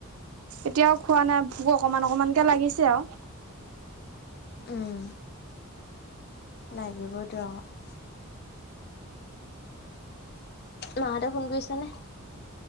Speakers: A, on the right (about 80°); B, on the left (about 50°).
A: এতিয়াও খোৱা নাই ভোক অকমান অকমানকে লাগিছে আৰু।
B: উম। লাগিবতো আৰু। মাহঁতে ফোন কৰিছে নে?